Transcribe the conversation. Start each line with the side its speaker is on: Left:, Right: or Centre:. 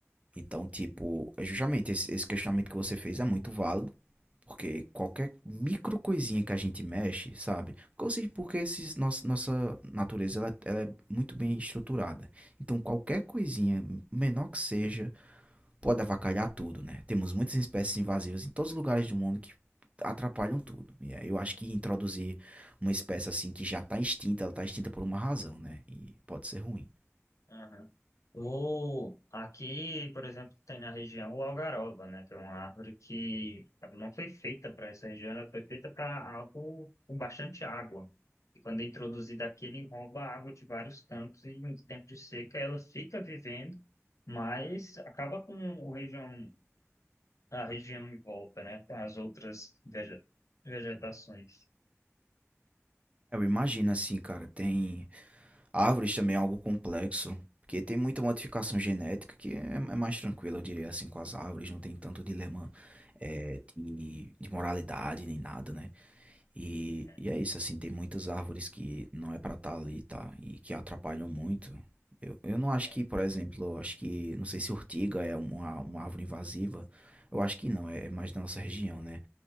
Right: então, tipo, é justamente esse, esse questionamento que você fez é muito válido, porque qualquer micro coisinha que a gente mexe, sabe? Porque, ou seja, porque esses, nossa, nossa natureza ela, ela é muito bem estruturada. Então, qualquer coisinha, menor que seja, pode avacalhar tudo, né? Temos muitas espécies invasivas em todos os lugares do mundo que atrapalham tudo. E aí eu acho que introduzir uma espécie assim que já tá extinta, ela tá extinta por uma razão, né? E pode ser ruim.
Left: Aham. O, aqui, por exemplo, tem na região o algaroba, né? Que é uma árvore que ela não foi feita para essa região, ela foi feita para algo com bastante água. E quando é introduzida aqui, ele rouba a água de vários cantos e em tempo de seca ela fica vivendo, mas acaba com o região, a região em volta, né? Com as outras vege- vegetações.
Right: Eu imagino assim, cara, tem Árvores também é algo complexo, porque tem muita modificação genética que é, é mais tranquila, eu diria assim, com as árvores, não tem tanto dilema é, de, de moralidade nem nada, né? E,
Left: É,
Right: e é isso, assim, tem muitas árvores que não é pra estar ali, tá? E que atrapalham muito. Eu, eu não acho
Left: é.
Right: que, por exemplo, eu acho que, não sei se ortiga é uma, uma árvore invasiva, eu acho que não, é, é mais da nossa região, né?